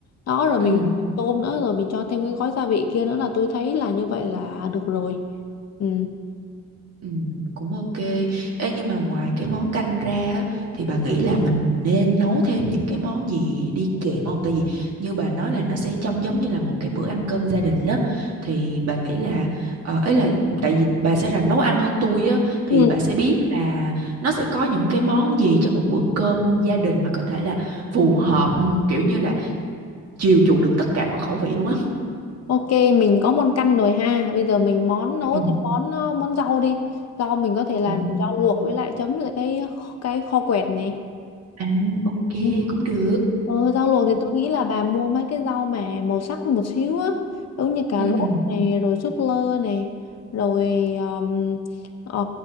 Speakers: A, on the left; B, on the right.
A: Đó rồi
B: Ừ.
A: mình mua thêm tôm nữa rồi mình cho thêm cái gói gia vị kia nữa là tôi thấy là như vậy là được rồi. Ừ.
B: Ừ, cũng ok. Ê, nhưng mà ngoài cái món canh ra á, thì bà nghĩ là mình nên nấu thêm những cái món gì đi kèm không? Tại vì như bà nói là nó sẽ trông giống như là một cái bữa ăn cơm gia đình đó. Thì bà nghĩ là ờ, ấy là tại vì bà sẽ là nấu ăn hơn tôi á thì
A: Ừ.
B: bà sẽ biết là nó sẽ có những cái món gì cho một bữa cơm gia đình mà có thể là phù hợp kiểu như là chiều chuộng được tất cả mọi khẩu vị luôn á.
A: Ok, mình có món căn rồi ha. Bây giờ mình món
B: <laughs>
A: nấu
B: Ừ.
A: thì món ờ, món rau đi. Rau mình có thể làm
B: Ừ.
A: rau luộc với lại chấm với lại cái cái kho quẹt này.
B: À, ok
A: Ừ.
B: cũng được.
A: Ờ, rau luộc
B: Ừ
A: thì tôi nghĩ là bà mua mấy cái rau mà màu sắc một xíu á giống như cà
B: ừ.
A: rốt
B: ừ.
A: này rồi súp lơ này rồi um, ờ,